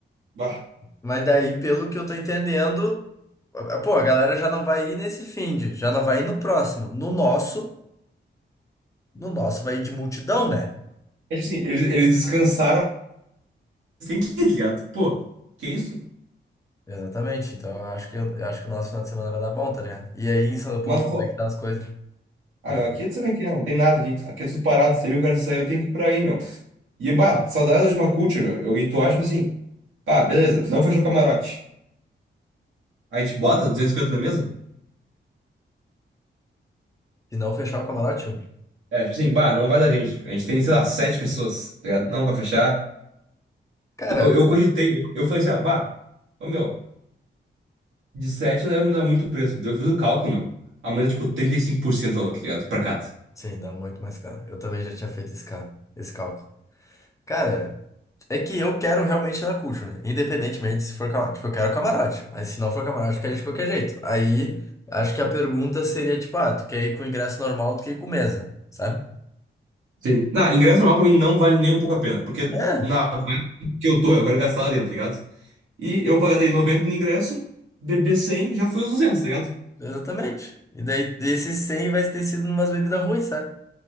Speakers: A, on the right (about 85°); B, on the left (about 15°).
A: Bah.
B: Mas daí, pelo que eu tô entendendo, a- a- pô, a galera já não vai ir nesse finde, já não vai ir no próximo. No nosso, no nosso vai ir de multidão, né?
A: É tipo assim, eles, eles descansaram. Tem que ir, tá ligado? Pô, que isso?
B: Exatamente. Então eu acho que eu eu acho que o nosso final de semana vai dar bom, tá ligado? E aí em São Leopoldo,
A: Mas, pô.
B: como é que tá as coisas?
A: Ah,
B: Pra...
A: meu,
B: <laughs>
A: aqui tu sabe o que é, não tem nada aqui. Aqui é tudo parado. Se eu quero sair, eu tenho que ir pra aí, meu. E, bah, saudade da última culture, meu. Eu, e tu acha, tipo assim, pá, beleza, não fechou o camarote. A gente bota 250 na mesa?
B: Se não fechar o camarote?
A: É, tipo assim, bah, não vai da gente. A gente tem, sei lá, sete pessoas, tá ligado? Não vai fechar.
B: Cara,
A: Eu, eu cogitei, eu, eu falei assim, ah, bah, ô meu, de 7 não deve mudar muito o preço. Daí Eu fiz o cálculo, meu. Aumenta, tipo, 35% o valor, tá ligado? Pra cada.
B: sim, dá muito mais caro. Eu também já tinha feito esse cara, esse cálculo. Cara, é que eu quero realmente ir na Cult, né? Independentemente se for camarote. Tipo, eu quero camarote, mas se não for camarote, eu quero ir de qualquer jeito. Aí acho que a pergunta seria tipo, ah, tu quer ir com ingresso normal, tu quer ir com mesa, sabe?
A: Sim. Não, ingresso normal pra mim não vale nem um pouco a pena, porque
B: É,
A: na vibe que eu tô, eu quero gastar lá dentro, tá ligado? E eu pagar daí 90 no ingresso, beber 100 já foi os duzentos tá ligado?
B: exatamente. E daí esses 100 vai ter sido umas bebidas ruins, sabe?